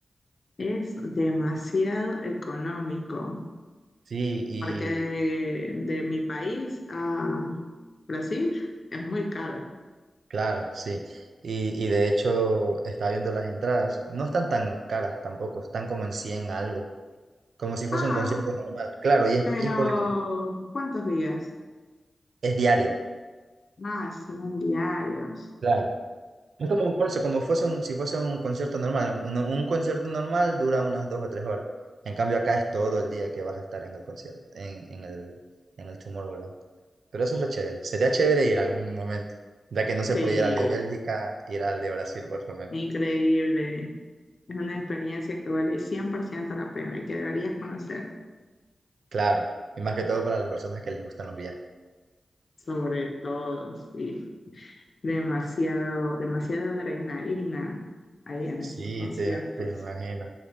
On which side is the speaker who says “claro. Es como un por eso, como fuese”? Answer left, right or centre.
Right